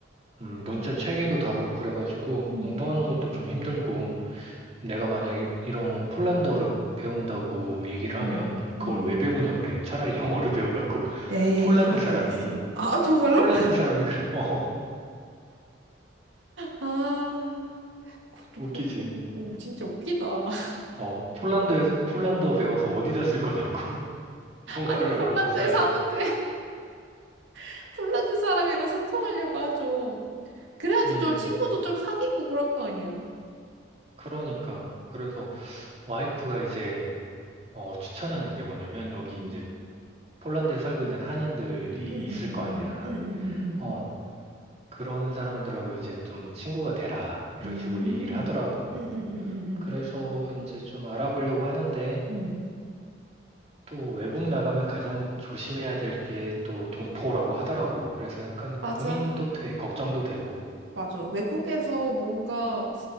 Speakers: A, on the right (about 35°); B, on the right (about 80°).
A: 음, 문자 체계도 다르고 그래가지고
B: 음.
A: 공부하는 것도 좀 힘들고 내가 만약에 이런 폴란드어를 배운다고 얘기를
B: 응,
A: 하면
B: 응,
A: 그걸
B: 응.
A: 왜 배우냐 그래. 차라리 영어를 배우라고 <laughs>
B: 에이,
A: 폴란드
B: 그런
A: 사람이.
B: 게 어딨어. 아, 정말로?
A: 폴란드
B: <laughs>
A: 사람이 그래. <laughs> 어,
B: 아, 그것도
A: 웃기지.
B: 그렇구나. 오, 진짜 웃기다. <laughs>
A: 어, 폴란드에서, 폴란드어 배워서 어디다 쓸 거냐고. <laughs> 영어를
B: 아니, 폴란드에
A: 하라고, 차라리.
B: 사는데, <laughs> 폴란드 사람이랑 소통하려고 하죠. 그래야지
A: 음,
B: 좀 친구도 좀 사귀고 그럴 거 아니야.
A: 그러니까. 그래서 와이프가 이제, 어, 추천하는 게 뭐냐면, 여기
B: 응,
A: 이제 폴란드에 살고 있는 한인들이
B: 응,
A: 있을
B: 응, 응,
A: 거
B: 응,
A: 아니야.
B: 응, 응,
A: 어, 그런 사람들하고 이제 좀 친구가 되라. 이런
B: 응,
A: 식으로 얘기를 하더라고.
B: 응, 응, 응, 응, 응, 응, 응,
A: 그래서 이제 좀 알아보려고 하는데,
B: 응.
A: 또 외국 나가면 가장 조심해야 될 게 또 동포라고 하더라고. 그래서 약간
B: 맞아.
A: 고민도 돼, 걱정도 되고.
B: 맞아. 외국에서 뭔가